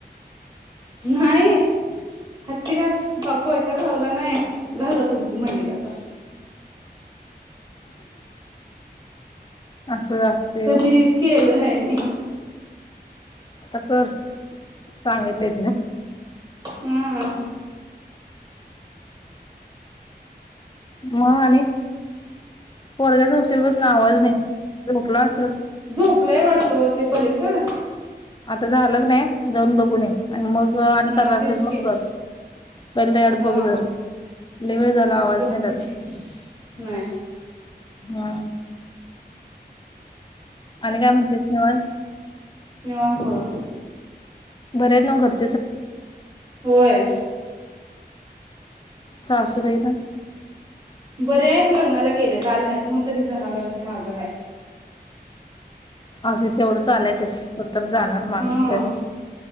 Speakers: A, on the right; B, on the left.
A: नाही हत्ती घास कोयता घावला नाही घास सुच तू म्हणलीित आता
B: असं वास्ते
A: कधी केलं नाही मी
B: आता कर सांगितले
A: हम्म
B: मग आणि वरग्याच उशीर बसून आवाज नाही झोकला अस
A: झोपलाय वाढतो ते पलीकड
B: आता झालं नाही जाऊन बघून ये आणि मग आणि
A: हा
B: करणारथच
A: तेच
B: मग
A: की
B: कर पहिले तर अड
A: हा
B: बघ जर ल वेळ झाला आवाज
A: बघते
B: नाही द
A: की नाही
B: हा आणि काय म्हणते निवास
A: निवांत बघा
B: बरेच ना घरच
A: होय
B: सासपई स
A: बरे आहेत लग्नाला गेले आल नाहीत म्हणून तर हे जनावरांच माग आहे
B: असे तेवढं चालायचं तर तर जाणार माणूस
A: हा
B: तर